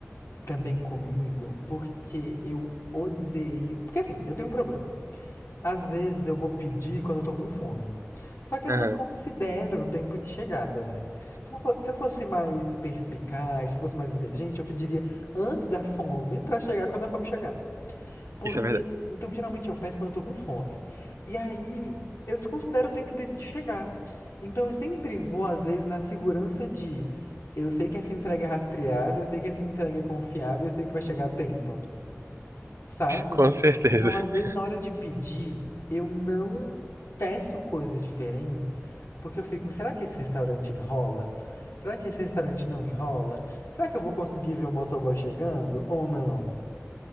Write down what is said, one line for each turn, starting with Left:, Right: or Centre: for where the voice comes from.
Left: também comigo, porque eu odeio. Porque assim, eu tenho um problema. Às vezes eu vou pedir quando eu tô com fome. Só que eu
Right: Aham,
Left: não considero o tempo de chegada, né? Se eu fo- se eu fosse mais perspicaz, se eu fosse mais inteligente, eu pediria antes da fome pra chegar quando a fome chegasse. Porque,
Right: isso é verdade.
Left: então geralmente eu peço quando eu tô com fome. E aí eu desconsidero o tempo de, de chegar. Então eu sempre vou, às vezes, na segurança de eu sei que essa entrega é rastreável, eu sei que essa entrega é confiável, eu sei que vai chegar a tempo. Sabe?
Right: Com certeza.
Left: Então, às
Right: <laughs>
Left: vezes, na hora de pedir, eu não peço coisas diferentes, porque eu fico, será que esse restaurante enrola? Será que esse restaurante não enrola? Será que eu vou conseguir ver o motoboy chegando ou não?